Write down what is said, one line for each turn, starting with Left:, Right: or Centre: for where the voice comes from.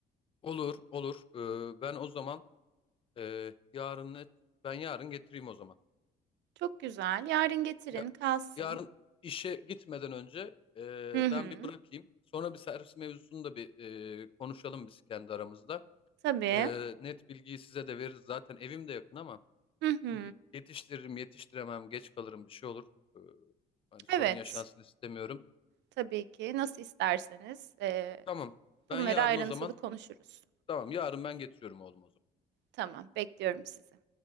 Left: Olur, olur. Ee, ben o zaman e, yarın ne? Ben yarın getireyim o zaman.
Right: Çok güzel. Yarın getirin,
Left: Ya,
Right: kalsın.
Left: yarın işe gitmeden önce e,
Right: Hı hı.
Left: ben bir bırakayım. Sonra bir servis mevzusunu da bir e, konuşalım biz kendi aramızda.
Right: Tabii.
Left: Ee, net bilgiyi size de veririz. Zaten evim de yakın ama
Right: Hı hı.
Left: şimdi yetiştiririm, yetiştiremem, geç kalırım bir şey olur. Ee, hani sorun
Right: Evet.
Left: yaşansın istemiyorum.
Right: Tabii ki. Nasıl isterseniz. Ee,
Left: Tamam. Ben
Right: bunları
Left: yarın
Right: ayrıntılı
Left: o zaman
Right: konuşuruz.
Left: tamam yarın ben getiriyorum oğlum o zaman.
Right: Tamam, bekliyorum sizi.